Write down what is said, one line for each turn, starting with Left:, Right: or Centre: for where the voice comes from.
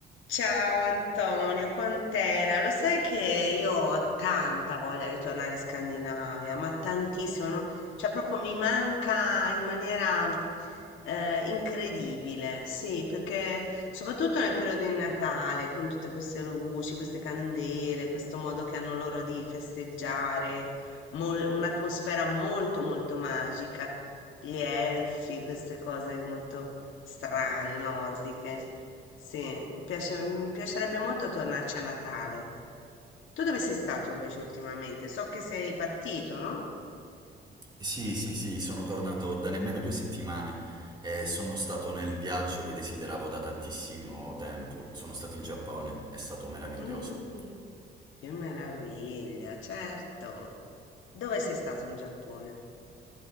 Left: Ciao Antonio, quant'era? Lo sai che io ho tanta voglia di tornare in Scandinavia, ma tantissimo, no? Cioè proprio mi manca in maniera eh, incredibile, sì, perché soprattutto nel periodo di Natale, con tutte queste luci, queste candele, questo modo che hanno loro di festeggiare, mol- un'atmosfera molto molto magica, gli elfi, queste cose molto strane, nordiche. Sì, mi piace- mi piacerebbe molto tornarci a Natale. Tu dove sei stato invece ultimamente? So che sei partito, no?
Right: Sì, sì, sì, sono tornato da nemmeno due settimane e sono stato nel viaggio che desideravo da tantissimo tempo. Sono stato in Giappone, è stato meraviglioso.
Left: Mm, che meraviglia, certo. Dove sei stato in Giappone?